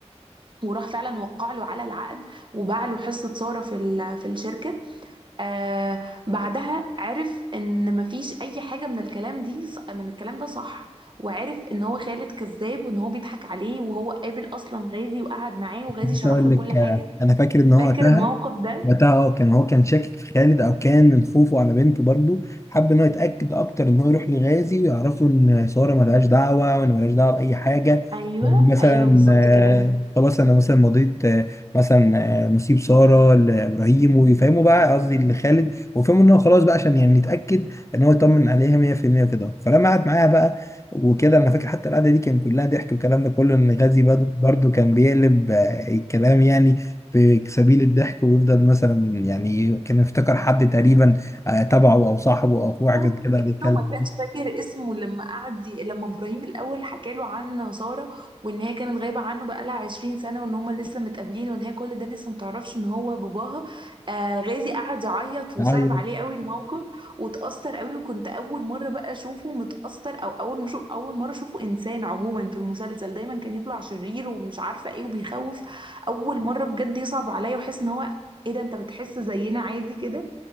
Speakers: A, on the right (about 45°); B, on the left (about 25°).
A: وراح فعلا وقع له على العقد وباع له حصه ساره في ال- في الشركه آه بعدها عرف ان مفيش اي حاجه من الكلام دي من الكلام ده صح وعرف ان هو خالد كذاب وان هو بيضحك عليه وهو قابل اصلا غازي وقعد معاه وغازي
B: بس
A: شرح
B: اقول
A: له
B: لك
A: كل حاجه
B: آه، انا فاكر ان هو
A: فاكر
B: وقتها
A: الموقف ده
B: وقتها اه كان هو كان شاكك في خالد او كان من خوفه على بنته برضه حب ان هو يتاكد اكتر ان هو يروح لغازي ويعرفوا ان ساره ملهاش دعوه وان ملهاش دعوه باي حاجه
A: ايوه
B: وان مثلا
A: ايوه بالظبط
B: آه،
A: كده
B: خلاص انا مثلا مضيت آه، مثلا آه، نصيب ساره لابراهيم ويفهموا بقى قصدي لخالد ويفهموا ان هو خلاص بقى عشان يعني يتاكد ان هو يطمن عليها 100% كده فلما قعد معاها بقى وكده انا فاكر حتى القعده دي كان كلها ضحك والكلام ده كله ان غازي برضه برضه كان بيقلب آه، الكلام يعني في سبيل الضحك ويفضل مثلا يعني كان يفتكر حد تقريبا آه، تبعه او صاحبه او اخوه حاجه
A: ابنه
B: كده قاعد يتكلم
A: ابنه ما كانش
B: دي
A: فاكر اسمه لما قعد ي- لما ابراهيم الاول حكى له عن ساره وان هي كانت غايبه عنه بقالها 20 سنه وان هما لسه متقابلين وان هي كل ده لسه متعرفش ان هو باباها آه غازي قعد يعيط وصعب
B: عيط
A: عليه قوي الموقف وتاثر قوي وكنت اول مره بقى اشوفه متاثر او اول ما شوف اول مره اشوفه انسان عموما في المسلسل دايما كان يطلع شرير ومش عارفه ايه وبيخوف اول مره بجد يصعب عليا واحس ان هو ايه ده انت بتحس زينا عادي كده